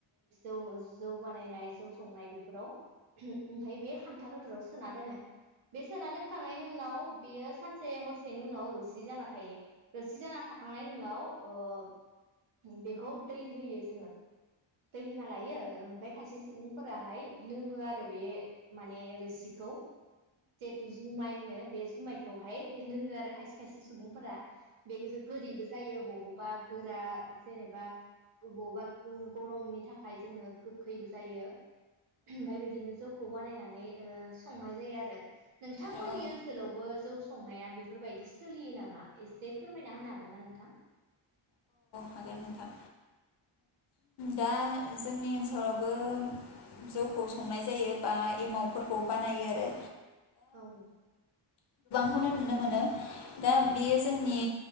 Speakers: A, on the right (about 80°); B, on the left (about 55°).
A: ओ जौ बानायनाय जौ संनाय बेफोराव <unintelligible> ओमफ्राय बे खान्था गोदोराव सोना दोनो बे सोना दोनखांनायनि उनाव बेयो सानसे हरसेनि उनाव रुसि जाना थायो। रोसि जाना थाखांनायनि उनाव अ बेखौ दै होयो जोङो दै होना लायो ओ खायसे सुबुंफोराहाय लोङो आरो बे माने रोसिखौ जेतु जुमाय होनो बे जुमायखौहाय लोङो आरो खायसे खायसे सुबुंफोरा बे गोजो गोदैबो जायो बहबा गोरा जेनेबा गोबावबा गरमनि थाखाय जोङो गोखैबो जायो फाय बिदिनो जौखौ बानायनानै नै ओ संनाय जायो आरो नोंथांमोननि
B: औ औ
A: ओनसोलावबो जौ स संनाया बेफोरबायदि सोलियो नामा एसे फोरमायना होनो हागोन ना नोंथां
B: हागोन नोंथां दा जोंनि ओनसोलावबो जौखौ संनाय जायो बा एमावफोरखौ बानायो आरो
A: औ
B: खौनो नुनो मोनो दा बेयो जोंनि